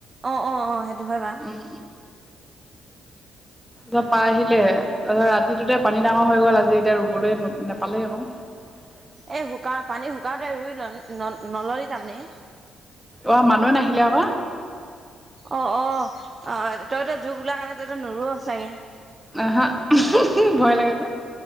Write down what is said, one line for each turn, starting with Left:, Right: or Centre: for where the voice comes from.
Right: অ অ অ সেইটো হয় বা।
Centre: উম তাৰপৰা আহিলে, অ ৰাতিটোতে পানী ডাঙৰ হৈ গল আজি এতিয়া ৰুবলৈ নাপালেই আক। <unintelligible>
Right: এই শুকা পানী শুকাওঁতে ৰুই ল'ল ন নল'লি তাৰমানে?
Centre: অ মানুহে নাহিলে আক।
Right: অ অ তইত জুক ওলাই কাৰণে তই নোৰুৱ। চাগে
Centre: আহ হা উমহো হো ভয় লাগে যে।